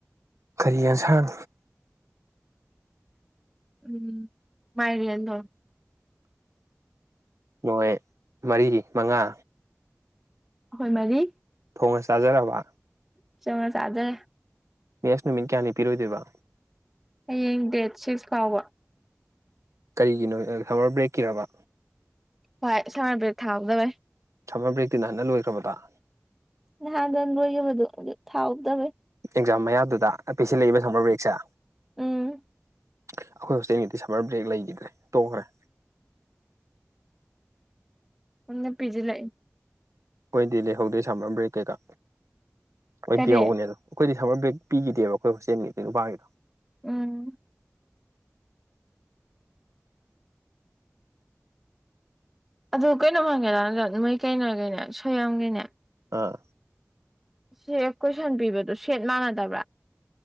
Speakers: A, on the right; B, in the centre.
A: ꯀꯔꯤ ꯌꯦꯟꯁꯥꯡ꯫
B: ꯎꯝ ꯃꯥꯏ ꯔꯤꯌꯦꯜꯗꯣ꯫
A: ꯅꯣꯏ ꯃꯔꯤꯗꯤ ꯃꯉꯥ꯫
B: ꯑꯈꯣꯏ ꯃꯔꯤ꯫
A: ꯊꯣꯡꯉꯥ ꯆꯥꯖꯔꯕ꯫
B: <unintelligible> ꯆꯥꯖꯔꯦ꯫
A: ꯃꯦꯁ ꯅꯨꯃꯤꯠ ꯀꯌꯥꯅꯤ ꯄꯤꯔꯣꯏꯗꯣꯏꯕ꯫
B: ꯍꯌꯦꯡ ꯗꯦꯠ ꯁꯤꯛꯁ ꯐꯥꯎꯕ꯫
A: ꯀꯔꯤꯒꯤꯅꯣ ꯁꯃꯔ ꯕ꯭ꯔꯦꯛꯀꯤꯔꯕ꯫
B: ꯍꯣꯏ ꯁꯝꯃꯔ ꯕꯔꯦꯛ ꯊꯥꯍꯧꯗꯕꯩ꯫
A: ꯁꯝꯃꯔ ꯕꫪꯦꯛꯇꯤ ꯅꯍꯟꯅ ꯂꯣꯏꯈ꯭ꯔꯕꯗꯣ꯫
B: ꯅꯍꯥꯟꯗ ꯂꯣꯏꯈꯤꯕꯗꯨ ꯑꯗꯨ ꯊꯥꯎꯍꯧꯗꯕꯩ꯫
A: Exam ꯃꯌꯥꯗꯨꯗ ꯄꯤꯁꯤꯜꯂꯛꯏꯕ summer ꯕ꯭ꯔꯦꯛꯁꯦ꯫
B: ꯎꯝ
A: ꯑꯩꯈꯣꯏ ꯍꯣꯁꯇꯦꯜꯒꯤꯗꯤ ꯁꯝꯃꯔ ꯕ꯭ꯔꯦꯛ ꯂꯩꯈꯤꯗ꯭ꯔꯦ ꯇꯣꯡꯈ꯭ꯔꯦ꯫
B: ꯃꯣꯏꯅ ꯄꯤꯖꯤꯜ ꯂꯛꯏ꯫
A: ꯑꯩꯈꯣꯏꯗꯤ ꯂꯩꯍꯧꯗꯦ ꯁꯝꯕ ꯕ꯭ꯔꯦꯛ ꯀꯩꯀꯥ ꯂꯣꯏ
B: ꯀꯔꯤ
A: ꯄꯤꯍꯧꯕꯅꯤ ꯑꯗꯨ꯫ ꯑꯩꯈꯣꯏꯗꯤ ꯁꯃꯔ ꯕ꯭ꯔꯦꯛ ꯄꯤꯒꯤꯗꯦꯕ ꯑꯩꯈꯣꯏ ꯍꯣꯁꯇꯦꯜꯒꯤꯗꯤ ꯅꯨꯄꯥꯒꯤꯗꯣ꯫
B: ꯎꯝ꯫ ꯑꯗꯨ ꯀꯩꯅꯣꯝ ꯍꯪꯒꯦ ꯗꯥ ꯖꯣꯟꯁꯟ ꯅꯣꯏ ꯀꯩꯅꯣꯒꯤꯅꯦ ꯁꯣꯏꯌꯝꯒꯤꯅꯦ꯫
A: ꯑꯥ꯫
B: ꯁꯦꯠ ꯀꯣꯏꯁꯟ ꯄꯤꯕꯗꯨ ꯁꯦꯠ ꯃꯥꯟꯅꯗꯕ꯭ꯔꯥ꯫